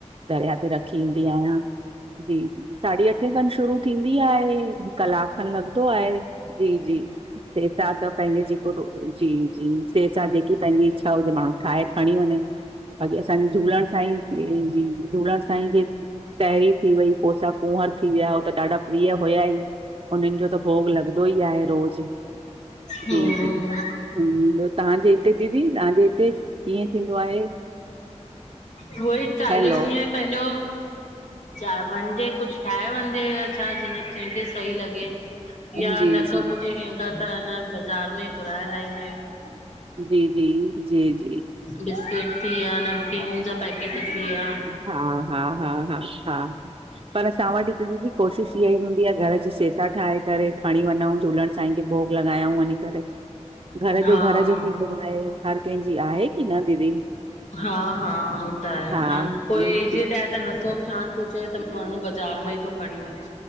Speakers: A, on the right; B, on the left.
A: दरिया ते रखी ईंदी आहियां। जी साढी अठे खन शुरू थींदी आहे कलाक खन लॻंदो आहे। जी जी -- सेसा त पंहिंजे जेको जी जी सेसा जेकी पंहिंजी इच्छा हुजे माण्हू ठाहे। खणी वञे बाक़ी असांजे झूलण सांई जी जी -- असाईं जी तांहिरी थी वई कोसा कुहर थी विया हो त ॾाढा प्रिय हुया ई -- उनन जो त भोग लॻंदो ई आहे रोज़।
B: हम्म
A: जी जी ॿियो तव्हांजे हिते दीदी तव्हांजे हिते -- कीअं थींदो आहे।
B: उहोई चालीह
A: हैलो
B: ॾींहं पंहिंजो। च वञजे कुझु ठाहे वञजे या छा ज कंहिंखे सही लॻे।
A: जी
B: या नथो
A: जी
B: पुजेे कंहिंख त अ बाज़ार में घुराए लााईंदा आहियूं।
A: जी जी जी जी --
B: बिस्किट थी विया नमकिन जा पैकेट थी विया।
A: हा हा हा हा हा -- पर असां वटि हिकु दीदी कोशिश इहा ई हूंदी आहे घर जी सेसा ठाहे करे खणी वञूं झूलण। असाईंखे भोग लॻायऊं वञी करे। घर जो
B: हा
A: घर जो थींदो आहे हर कंहिंजी आहे की न दीदी।
B: हा हा ह त आहे
A: हा
B: हाण। कोई
A: जी,
B: एजट आहे त नथो ठहन पचे त माण्हू बाज़ार मां ई थो खणी वञे।